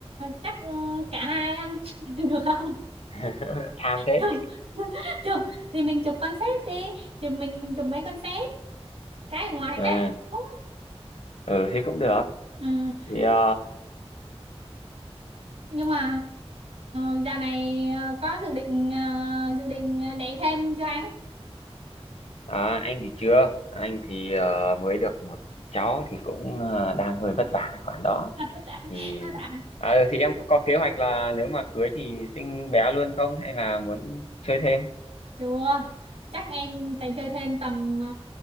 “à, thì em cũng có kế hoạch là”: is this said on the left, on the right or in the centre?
Left